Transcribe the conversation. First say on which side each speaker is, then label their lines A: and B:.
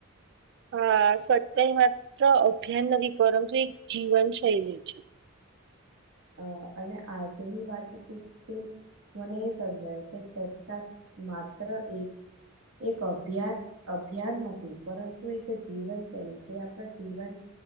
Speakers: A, on the right; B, on the right.
A: હા સચ્છતા માત્ર અભિયાન નથી, પરંતુ એક જીવનશૈલી છે.
B: હ અને આજની વાત <unintelligible> કોને સમજાયું કે સ્વચ્છતા માત્ર એક, એક અભ્યાસ અભિયાન નથી, પરંતુ એક જીવનશેલી છે. આપણા જીવન